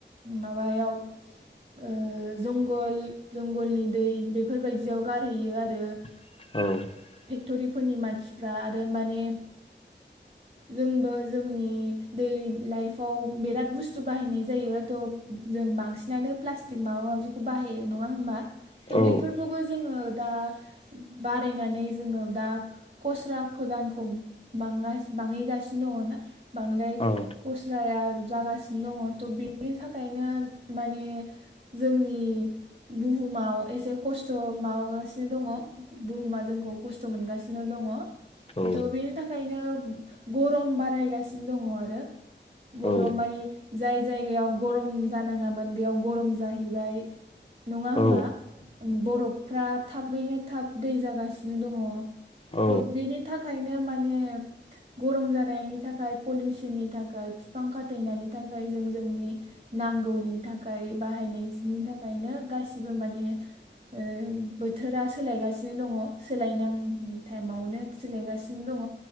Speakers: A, on the right; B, on the left.
A: माबायाव ओ जंगल जंगलनि दै बेफोरबायदियाव गारहैयो आरो।
B: औ।
A: फेक्ट'रिफोरनि मानसिफ्रा आरो माने जोंबो जोंनि दैडलि लाइफआव बिराद बुस्थु बाहायनाय जायो थ' जों बांसिन बांसिनानो प्लास्टिक माबा माबिखौ बाहायो नङा होमबा? त'
B: औ
A: बेफोरखौबो जोङो दा बारायनानै जोङो दा खस्रा गोदानखौ बां बांहैगासिनो दङ ना बांद्राय
B: औ
A: खस्राया जागासिनो दङ थ' बेनि थाखायनो माने जोंनि बुहुमाव एसे खस्थ' माबागासिनो दङ बुहुमा जोंखौ खस्थ' मोनगासिनो दङ।
B: औ
A: त' बेनि थाखायनो गरम बारायगासिनो दङ आरो गरम
B: औ
A: मानि जाय। जायगायाव गरम जानाङामोन। बेयाव गरम जाहैबाय नङा होमबा
B: औ
A: बर'फ्रा थाबैनो थाब दै जागासिनो दङ।
B: औ
A: थ' बिनि थाखायनो माने गरम जानायनि थाखाय पलिउसननि थाखाय फिफां खाथायनायनि थाखाय जों जोंनि नांगौनि थाखाय थाखाय बाहायनायनि थाखायनो गासिबो माने ओ बोथोरा सोलायगासिनो दङ। सोलायनांनि टाइमावनो सोलायगासिनो दंङ